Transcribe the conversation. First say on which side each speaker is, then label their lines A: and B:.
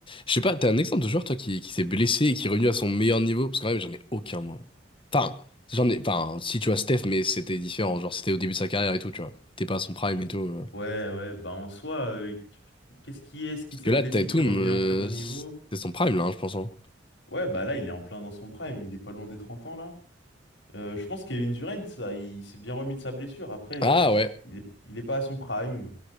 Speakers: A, on the left; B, on the left.
A: Je sais pas, t'as un exemple de joueur, toi, qui, qui s'est blessé et qui est revenu à son meilleur niveau? Parce que quand même, j'en ai aucun, moi. Enfin, j'en ai... Enfin, si, tu vois, Steph, mais c'était différent. Genre, c'était au début de sa carrière et tout, tu vois. T'es pas à son prime et tout. euh.
B: Ouais, ouais. Bah en soi, euh, qu'est-ce qui est-ce qui
A: Parce
B: s'est
A: que là,
B: blessé
A: Tatum,
B: qui est revenu
A: euh,
B: à un très bon niveau?
A: c'est son prime, là, hein, je pense. hein.
B: Ouais, bah là, il est en plein dans son prime, il est pas loin des 30 ans, là. Euh, je pense que Kevin Durant, ça, il s'est bien remis de sa blessure. Après,
A: Ah,
B: je-
A: ouais.
B: il est, il est pas à son prime,